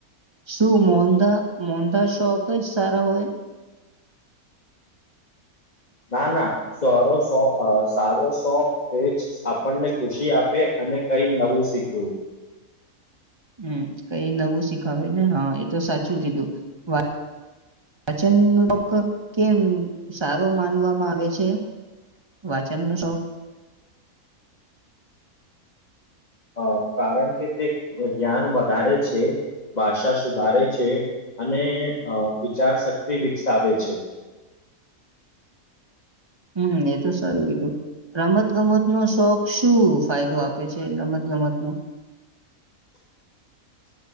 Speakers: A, on the right; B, on the left.
A: શું મોંધા મોંધા શોખ જ સારા હોય.
B: <inaudible> ના ના સારો અ સારો સોખ આપણને ખુશી આપે. અને કંઈ નવું શીખવું.
A: હમ કઈ નવું શીખાવે ને હા એ તો સાચું કીધું વા પાચનક કેમ સારો માનવામાં આવે છે. વાચન નો શોખ.
B: <inaudible> હ કારણ કે તે જ્ઞાન વધારે છે. ભાષા સુધારે છે અને અ વિચાર શક્તિ વિકસાવે છે. <inaudible>
A: હમ એ તો સારું કીધું રમત ગમત નો શોખ શું ફાયદો આપે છે રમત ગમતમાં
B: <inaudible>